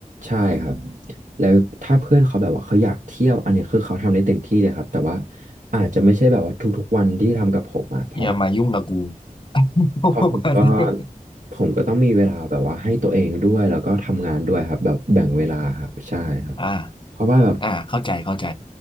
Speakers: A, on the right; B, on the left.
A: ใช่ครับแล้วถ้าเพื่อนเขาแบบว่าเขาอยากเที่ยวอันเนี้ยคือเขาทำได้เต็มที่เลยครับแต่ว่าอาจจะไม่ใช่แบบว่าทุกๆวันที่ทำกับผมอะเพราะแบบ
B: อย่ามายุ่งกับกู <laughs>
A: เพราะผมก็
B: ประมาณนี้ด้วย
A: ผมก็ต้องมีเวลาแบบว่าให้ตัวเองด้วยแล้วก็ทำงานด้วยครับแบบแบ่งเวลาครับใช่ครับ
B: อ่า
A: เพราะว่าแบบ
B: อ่าเข้าใจเข้าใจ